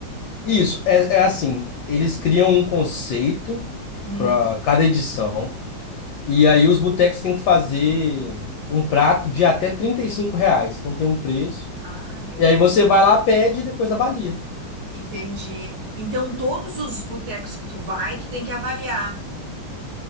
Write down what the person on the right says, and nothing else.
Hum.
Ah, legal.
Entendi. Então, todos os botecos que tu vai, tu tem que avaliar.